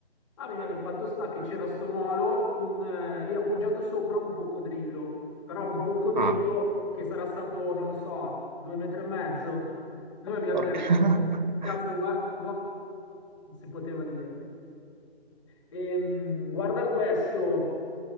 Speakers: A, on the left; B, on the right.
A: Va bene, fatto sta che c'era sto molo con eh, lì appoggiato sopra un coccodrillo, però un coccodrillo
B: ah,
A: che sarà stato, non lo so, due metri e mezzo. Noi abbiamo
B: porca.
A: detto, cazzo,
B: <laughs>
A: guarda, non si poteva dire. Ehm, guarda questo,